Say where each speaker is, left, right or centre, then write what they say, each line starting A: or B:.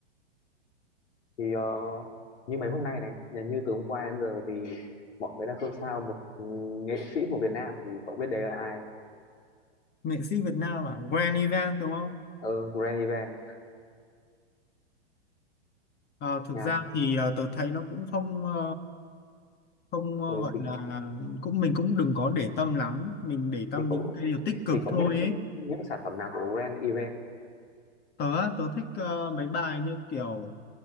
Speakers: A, on the left; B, on the left.
A: thì ờ, như mấy hôm nay này như từ hôm qua đến giờ thì mọi người đang xôn xao một ừ, nghệ sĩ của Việt Nam thì cậu biết đấy là ai
B: nghệ sĩ Việt Nam à Grand Event đúng không
A: Ờ, Grand Event
B: Ờ, thực
A: nhạc
B: ra thì ờ, tớ thấy nó cũng không ờ, không ờ,
A: ừ,
B: gọi
A: thì
B: là cũng mình cũng đừng có để tâm lắm mình để tâm
A: thì cậu
B: những cái điều tích cực
A: thì cậu
B: thôi
A: biết
B: ấy
A: những sản phẩm nào của Grand Event
B: tớ á, tớ thích ờ, mấy bài như kiểu